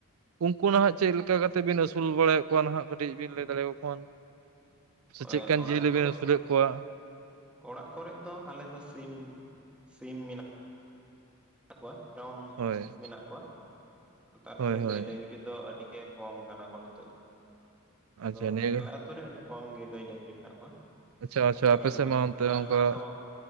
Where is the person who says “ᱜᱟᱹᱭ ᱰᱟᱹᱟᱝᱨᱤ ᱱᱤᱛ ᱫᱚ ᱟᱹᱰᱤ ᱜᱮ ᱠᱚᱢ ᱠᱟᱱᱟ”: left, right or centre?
Centre